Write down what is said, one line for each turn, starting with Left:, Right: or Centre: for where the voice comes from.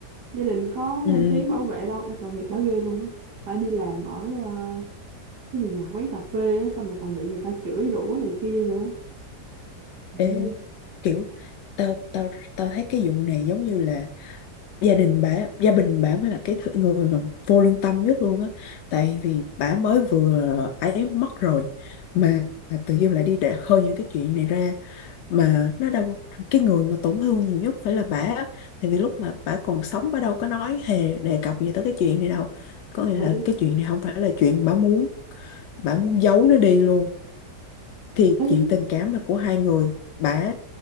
Right: gia đình có
Left: ừ
Right: lên tiếng bảo vệ đâu Ê, tội nghiệp bà ghê luôn á phải đi làm ở ờ, cái gì nhỉ quán cà phê á xong rồi còn bị người ta chửi rủa này kia nữa Mẹ.
Left: Ê, kiểu tao tao tao thấy cái vụ này giống như là gia đình bả gia đình bả mới là cái thứ- người mà vô lương tâm nhất luôn á tại vì bả mới vừa ấy mất rồi mà tự dưng lại đi để khơi những cái chuyện này ra mà nó đâu cái người mà tổn thương nhiều nhất phải là bả á. tại vì lúc mà bả còn sống bả đâu có nói hề đề cập gì tới cái chuyện này đâu có nghĩa
Right: Ừ.
Left: là cái chuyện này không phải là chuyện bả muốn bả muốn giấu nó đi luôn thì
Right: Ê,
Left: chuyện tình cảm là của hai người bả